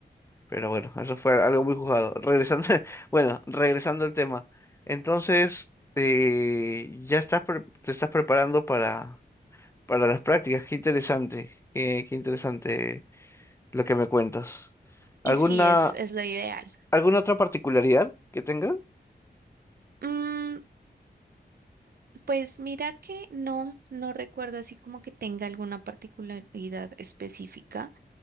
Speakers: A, on the left (about 15°); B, on the right (about 60°).
A: Pero bueno, eso fue algo muy juzgado. Regresando, <laughs> bueno, regresando al tema. Entonces, eh, ya estás pre- te estás preparando para para las prácticas. Qué interesante, qué, qué interesante lo que me cuentas. ¿Alguna
B: Y sí, es, es lo ideal.
A: alguna otra particularidad que tenga?
B: Mm, pues mira que no, no recuerdo así como que tenga alguna particularidad específica.